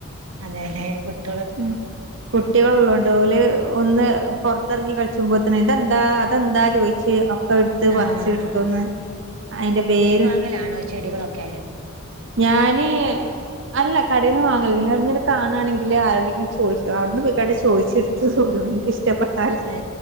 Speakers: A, on the right; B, on the right.
A: അതെല്ലേ കുട്ടി
B: ഉം കുട്ടികള് ഉള്ളോണ്ട് ഓല് ഒന്ന് പൊറത്തിറങ്ങി കളിച്ചുമ്പോത്ത്ന് ഇതെന്താ അതെന്താ ചോയിച്ച് ഒക്കെ എടുത്ത് പറിച്ച്
A: ആഹ്
B: കിട്ടുന്ന് അയിന്റെ വേര്
A: ങ്ങലാണോ ചെടികളൊക്കെ
B: ഞാന് അല്ല കടേന്നു വാങ്ങല് നിങ്ങളിങ്ങനെ കാണാണെങ്കില് ആരുടെക്ക് ചോദിക്കും അവിടന്ന് പൊയികണ്ട് ചോയിച്ചെടു പോരും എൻക്കിഷ്ടപ്പെട്ട
A: ഏ